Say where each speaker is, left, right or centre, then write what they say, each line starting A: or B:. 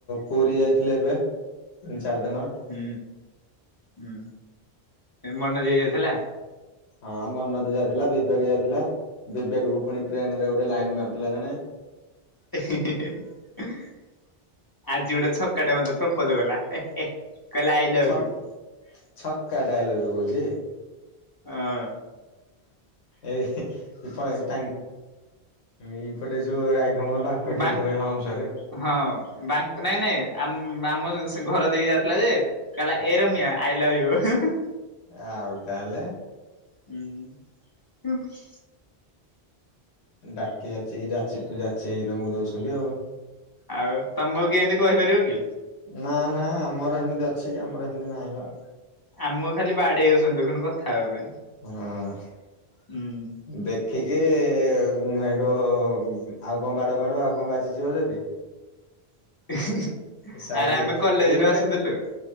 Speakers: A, on the left (about 80°); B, on the left (about 25°).
A: ପୁରୀ ଯାଇଥିଲି ଏବେ ଚାରି ଦିନ
B: ହୁଁ ହୁଁ ଏ ମର ନା ଜାଇ ଲେ
A: ହଁ ମନୋଜ ଯାଇଥିଲା ବିବେକ ଯାଇଥିଲା ବିବେକକୁ ପୁଣି ଟ୍ରେନ ରେ ଗୋଟେ ଲାଇନ ମାରିଥିଲା ଜଣେ।
B: ଆଜି ଗୋଟେ ଛକାଟେ ମତେ ପ୍ରପୋଜ କଲା। କହିଲା ଆଇ ଲଭ୍
A: ଛକ୍
B: ୟୁ
A: ଛକ୍କା ଟା ଆଇ ଲଭ ୟୁ କହୁଚି।
B: ହଁ।
A: ଏଇ ମୁ <unintelligible> ଏଇ ପଟେ ଯୋଉ ରାଇଖମଣ ବାଙ୍କଟି
B: ବ
A: ହେଇଥିବ ଏଇ ହମ୍ପସରେ
B: ହଁ ବ୍ୟାଙ୍କ ନାଇଁ ନାଇଁ ଆ ଆମ ଘର ଦେଇକି ଯାଉଥିଲା ଯେ କଲା ଏ ରମ୍ୟ ଆଇ ଲଭ ୟୁ
A: ଆଉ ତାହେଲେ
B: ହୁଁ।
A: ଡାକି ଯାଛି କି ଯାଚି ଯାଚି ହେଇକି ତମକୁ ଦଉଛନ୍ତି ଆଉ।
B: ଆଉ ତମକୁ କିଏ ଏମିତି କହିପାରିବ କି?
A: ନା ନା ଆମର ଏମିତି ଅଛି କି ଆମର ଏମିତି ନାହିଁ ବା।
B: ଆମକୁ ଖାଲି ବାଡେଇ ହଉଛନ୍ତି ଦେଖୁନୁ କଥା ହେବା ପାଇଁ।
A: ହଁ
B: ହୁଁ
A: ଦେଖିକି ସେ ସେଠୁ ଆଉ କଣ ବାଡ଼ଉ ବାଡ଼ଉ ଆଉ କଣ ବାଜି ଜିବ ଯଦି
B: <inaudible>
A: ସାଇଜ
B: ଆରେ ଆମେ କଲେଜରୁ
A: ଏଇପଟେ
B: ଆସୁଥିଲୁ